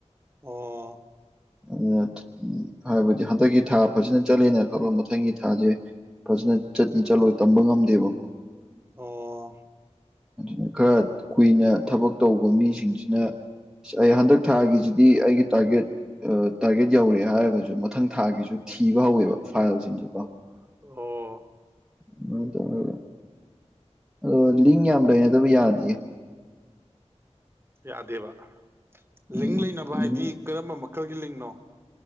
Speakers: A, on the right; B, in the centre.
A: ꯑꯣ
B: ꯑꯗꯨꯅ ꯍꯥꯏꯕꯗꯤ ꯍꯟꯗꯛꯀꯤ ꯊꯥ ꯐꯖꯅ ꯆꯠꯂꯦꯅ ꯈꯜꯂꯣ ꯃꯊꯪꯒꯤ ꯊꯥꯁꯦ ꯐꯖꯅ ꯆꯠꯅꯤ ꯆꯠꯂꯣꯏ ꯇꯝꯕ ꯉꯝꯗꯦꯕꯀꯣ
A: ꯑꯣ
B: ꯑꯗꯨꯅ ꯈꯔ ꯀꯨꯏꯅ ꯊꯕꯛ ꯇꯧꯕ ꯃꯤꯁꯤꯡꯁꯤꯅ ꯑꯩ ꯍꯟꯗꯛ ꯊꯥꯒꯤꯁꯤꯗꯤ ꯑꯩꯒꯤ ꯇꯥꯔꯒꯦꯠ ꯑ ꯇꯥꯔꯒꯦꯠ ꯌꯧꯔꯦ ꯍꯥꯏꯔꯒꯁꯨ ꯃꯊꯪ ꯊꯥꯒꯤꯁꯨ ꯊꯤꯕ ꯍꯧꯋꯦꯕ ꯐꯥꯏꯜ ꯖꯤꯡꯒꯤꯀꫭ
A: ꯑꯣ ꯑꯣ
B: ꯑꯗꯨꯃꯥꯏꯟ ꯇꯧꯔꯒ ꯑꯗꯣ ꯂꯤꯡ ꯌꯥꯝ ꯂꯩꯅꯗꯕ ꯌꯥꯗꯤꯌꯦ
A: ꯌꯥꯗꯦꯕ
B: ꯎꯝ
A: ꯂꯤꯡ ꯂꯩꯅꯕ
B: ꯂꯤꯡ
A: ꯍꯥꯏꯗꯤ ꯀꯔꯝꯕ ꯃꯈꯜꯒꯤ ꯂꯤꯡꯅꯣ